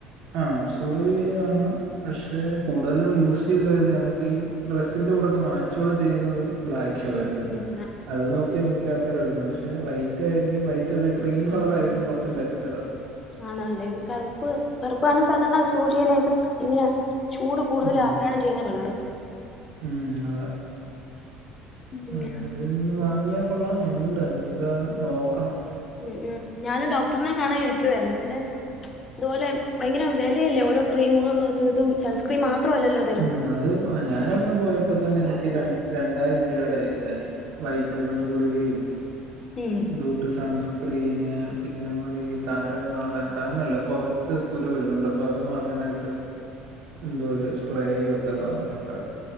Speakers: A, on the right; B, on the left.
A: ആഹ് അബ്സോർവ് ചെയ്യുവാണ് പക്ഷേ കൂടുതലും യൂസ് ചെയ്ത് വരുന്നെ നമുക്ക് ഈ ഡ്രസ്സിന്റെ കൂടൊക്കെ മാച്ചൂടെ ചെയ്യുന്നത് ബ്ലാ ക്ക്യാ വരുന്നെ.
B: ഉം
A: അത് നോക്കിയാ മിക്ക ആൾക്കാരും എടുക്കുന്നെ. പക്ഷെ വൈ റ്റായിരിക്കും വൈറ്റല്ല ക്രീം കളർ ആയിരിക്കും കുറച്ച് ബെറ്റർ
B: ആണ് അല്ലെ കറുപ്പ് കറുപ്പാണ് സാധാരണ സൂര്യനെ ഒക്കെ ഇങ്ങനെ ചൂട് കൂടുതൽ
A: ഉം
B: ആഗിരണം ചെയ്യുന്ന കളറ്
A: ഉം അതെ.
B: ഉം
A: ആഹ് അത് ഇന്ന് വാങ്ങിയാ കൊള്ളാന്നുണ്ട്. അത് എന്താണ് നോക്കണം.
B: ഉം ഉം ഞാനും ഡോക്ടറിനെ കാണാൻ ഇരിക്കുവായിരുന്നു പിന്നെ ഇതുപോലെ ഭയങ്കര വെലയല്ലേ ഓരോ ക്രീമുകളും അത് ഇതും സൺസ്ക്രീൻ മാത്ര അല്ലല്ലോ
A: ഉം അത് ഞാനന്ന് പോയപ്പോ തന്നെ എനിക്ക് രണ്ട് രണ്ടായിരം രൂപയുടെ ഇതായി. വൈറ്റമിൻ ഗുളികയും.
B: ഉം
A: ഇതൂട്ട് സൺസ്ക്രീന് പിന്നെ നമ്മൾ ഈ താരം മാറാൻ താരരല്ല പുറ ത്ത് കുരു വരുന്നുണ്ട് അപ്പൊ അത് മാറാനായിട്ട് എന്തോ ഒരു സ്പ്രേയും ഒക്കെ തന്നിട്ടുണ്ടായിരുന്നു.